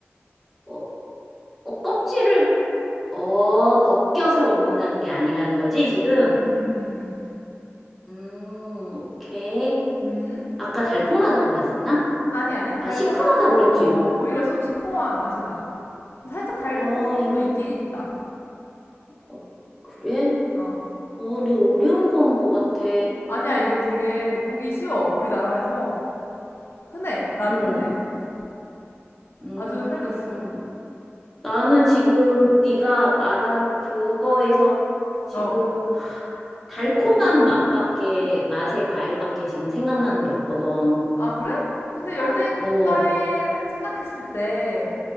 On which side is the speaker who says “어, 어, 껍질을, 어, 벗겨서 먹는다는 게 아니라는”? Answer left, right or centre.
Centre